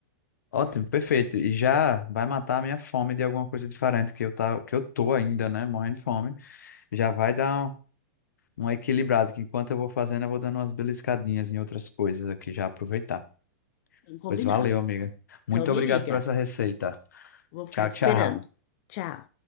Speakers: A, on the left (about 90°); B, on the left (about 45°).
A: Ótimo, perfeito. E já vai matar a minha fome de alguma coisa diferente que eu tá, que eu tô ainda, né, morrendo de fome. Já vai dar um, um equilibrado, que enquanto eu vou fazendo, eu vou dando umas beliscadinhas em outras coisas aqui, já aproveitar.
B: Bem Combinado.
A: Pois valeu, amiga. Muito
B: Então me
A: obrigado
B: liga.
A: por essa receita.
B: Vou ficar
A: Tchau,
B: te
A: tchau.
B: esperando. Tchau.